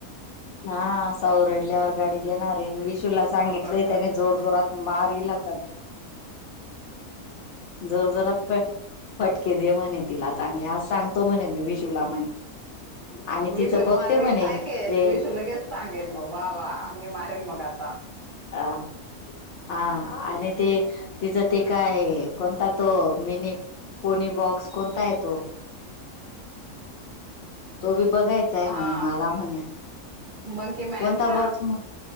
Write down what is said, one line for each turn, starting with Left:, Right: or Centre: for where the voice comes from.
Left: हा साऊ रडल्यावर गाडी देणार आहे. विशूला सांगितलंय
Right: सावरणार
Left: त्यानी जोर जोरात मारलाच. जोर जरात फ फटके दे म्हणे तिला चांगली आज सांगतो म्हणे मी विशूला म्हणे. आणि
Right: विशू
Left: तिचं बघते
Right: मला लगेच
Left: म्हणे
Right: ऐकेल
Left: ते
Right: विशू लगेच सांगेल मग वा वा मी मारेल मग आता.
Left: हा. हा आणि ते तिचं ते काय कोणता तो मिनी. पुणी बॉक्स कोणता आहे तो- तो बी बघायचा आहे
Right: हा
Left: म्हणे मला म्हणे
Right: मंकी मॅनचा
Left: कोणता बॉक्स-